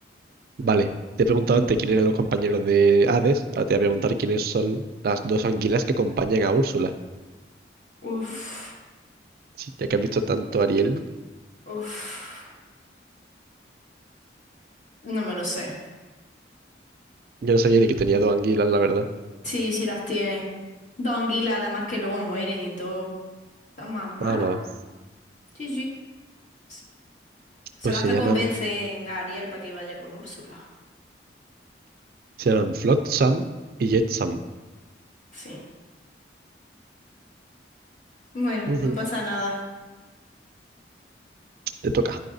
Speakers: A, on the right; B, on the left.
A: vale. Te he preguntado antes quién eran los compañeros de Hades, ahora te voy a preguntar quiénes son las dos anguilas que acompañan a Úrsula.
B: Uf,
A: Sí, ya que has visto tanto a Ariel,
B: uf. No me lo sé.
A: yo no sabía ni que tenía dos anguilas, la verdad.
B: Sí, sí las tiene. Dos anguilas, además que luego mueren y todo. ¿Están más malas?
A: Ahora,
B: Sí, sí. S- Son
A: pues
B: las
A: se
B: que
A: llaman,
B: convencen a Ariel para que vaya con Úrsula.
A: se llaman Flotsam y Jetsam.
B: Sí. Bueno,
A: Ujú.
B: no pasa nada.
A: Te toca